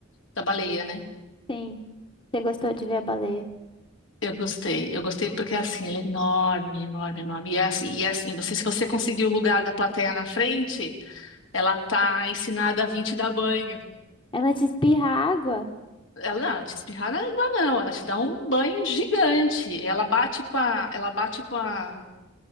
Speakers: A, on the left; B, on the left.
A: da baleia, né?
B: Sim. Você gostou de ver a baleia?
A: Eu gostei, eu gostei porque assim, ele é enorme, enorme, enorme. E é assim, e é assim, você, se você conseguir o lugar da plateia na frente, ela tá ensinada a vir te dar banho.
B: Ela te espirra água?
A: Ela não, te espirrar na água, não, ela te dá um banho gigante. Ela bate com a, ela bate com a,